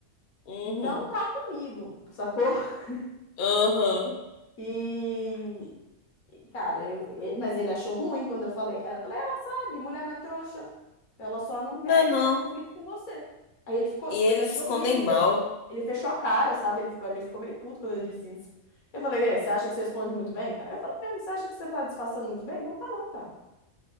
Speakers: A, on the left (about 55°); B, on the left (about 80°).
A: Uhum.
B: Não tá comigo, sacou? <laughs>
A: Aham.
B: E Cara, eu, e- mas ele achou ruim quando eu falei. Ela falou, ela sabe, mulher não é trouxa. Ela só não quer
A: Não,
B: entrar
A: não.
B: em conflito com você. Aí ele ficou,
A: E
B: tipo,
A: eles
B: ele achou
A: escondem
B: ruim, ele fech...
A: mal.
B: ele fechou a cara, sabe? Ele ficou, ele ficou meio puto quando eu disse isso. Eu falei, e, aí, você acha que você esconde muito bem, cara? Eu falei, mesmo, você acha que você tá disfarçando muito bem? Não tá não, cara.